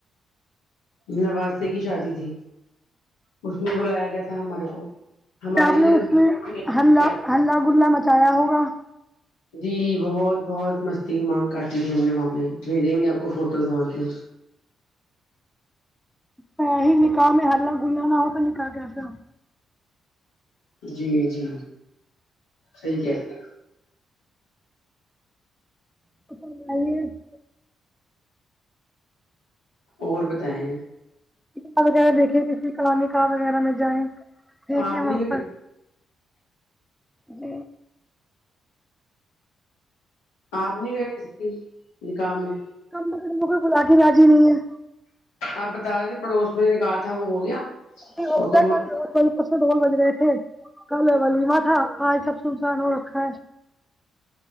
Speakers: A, on the left; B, in the centre.
A: نواسے کی شادی تھی اس میں بلایا گیا تھا ہمارے کو
B: کیا
A: ہماری
B: آپ
A: وجہ
B: نے
A: سے
B: اس
A: <unintelligible>
B: میں ہلہ ہلہ گلا مچایا ہوگا
A: جی بہت بہت مستی وہاں کاٹی تھی ہم نے وہاں پہ بھیجیں گے آپ کو فوٹوز وہاں کے
B: ای ہی نکاح میں ہلہ گلہ نہ ہو تو نکاح کیسا ہو
A: جی جی صحیح کہ رہے ہیں
B: <unintelligible>
A: اور بتائے
B: اور وغیرہ دیکھے کسی کلامی وغیرہ میں جائیں پھینکیں
A: آپ
B: وہاں
A: نے
B: پر جی
A: آپ نہیں گئے کسی بھی نکاح میں
B: <unintelligible> بلا کے راضی نہیں ہیں
A: آپ بتا رہے تھے پڑوس میں نکاح تھا وہ ہو گیا
B: ج وہ
A: مکمل
B: تو ک <unintelligible> اس میں ڈول بج گئے تھے کل ولیما تھا آج سب سنسان ہو رکھا ہے